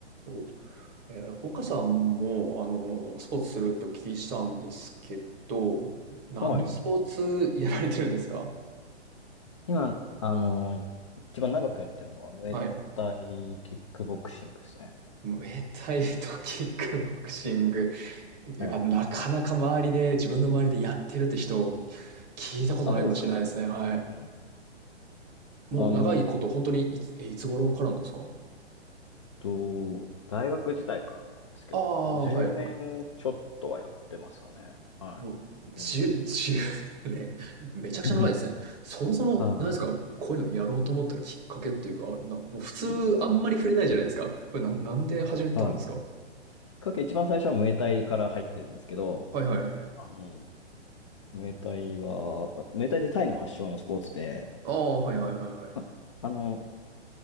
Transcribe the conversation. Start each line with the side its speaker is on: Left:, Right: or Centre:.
Right: お、えー岡さんも、あのスポーツするってお聞きしたんですけど、何のスポーツやられてるんですか
Left: はい。今、あのー一番長くやってるのは、ムエタイキックボクシングですね。
Right: はい。ムエタイとキックボクシング。いや、
Left: はい。
Right: なかなか周りで、自分の周りでやってるって人、聞いたことないかもしれないですね。
Left: あ、そうですか。本
Right: はい。
Left: 当に
Right: もう長いこと、
Left: あの、
Right: 本当にいつ、え、いつ頃からなんですか
Left: と、大学時代からですけど、
Right: ああー、
Left: まあ、10年ちょっとはやってますかね。
Right: はい、はい。
Left: は
Right: もう、10、
Left: い。1年ちょっと。
Right: 年 <laughs> ね。めちゃくちゃ長いですね。
Left: うん
Right: そもそも、
Left: は
Right: 何ですか、こういうのやろうと思ったきっかけっていうか、
Left: い。
Right: な、もう普通あんまり触れないじゃないですか。
Left: き、うん
Right: これな、なんで始めたんですか
Left: はい。きっかけ、一番最初はムエタイから入ってるんですけど、
Right: はいはいはい。
Left: あの、ムエタイは、まあ、ムエタイってタイの発祥のスポーツで、
Right: ああ、はいはいはいはい。
Left: あ、あの、